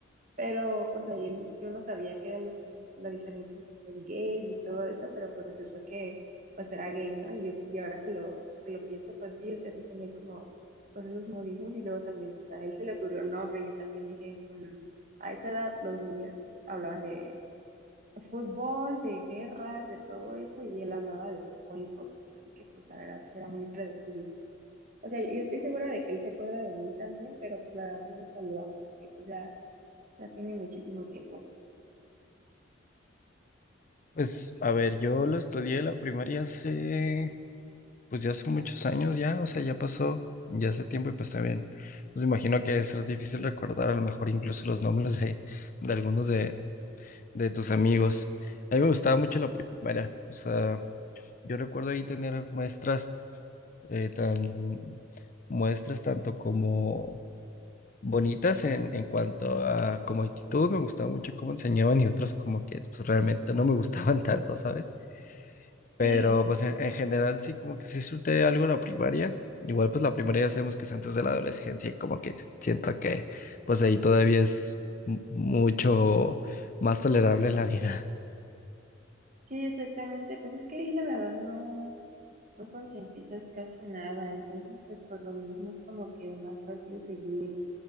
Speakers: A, on the right (about 40°); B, on the left (about 40°).
A: Pero pues ahí yo no sabía qué era lo que, la diferencia entre ser gay y todo eso, pero pues resultó que pues era gay, ¿no? Y, yo- y ahora que lo, que lo pienso, pues sí, o sea, sí tenía como pues esos modismos y luego también pues a él se le ocurrió el nombre, yo también dije, "Mm, a esa edad los niños hablaban de fútbol, de guerras, de todo eso, y él hablaba de ser polipocket, así que pues la verdad sí era muy predecible. O sea, yo yo estoy segura de que él se acuerda de mí también, pero pues la verdad no nos saludamos porque pues ya, ya tiene muchísimo tiempo.
B: Pues, a ver, yo lo estudié la primaria hace... Pues ya hace muchos años ya, o sea, ya pasó, ya hace tiempo y pues también, pues imagino que es difícil recordar a lo mejor incluso los nombres de, de algunos de, de tus amigos. A mí me gustaba mucho la primaria, o sea, yo recuerdo ahí tener muestras, eh, tan, muestras tanto como bonitas en, en cuanto a como actitud, me gustaba mucho cómo enseñaban y otras como que pues, realmente no me gustaban <laughs> tanto, ¿sabes?
A: Sí,
B: Pero pues en, en general sí, como que sí surte algo la primaria. Igual pues la primaria ya sabemos que es antes de la adolescencia, y como que siento que pues ahí todavía es mu- mucho más tolerable la vida.
A: sí, exactamente. Pues es que ahí la verdad no, no concientizas casi nada, entonces pues por lo mismo es como que más fácil seguir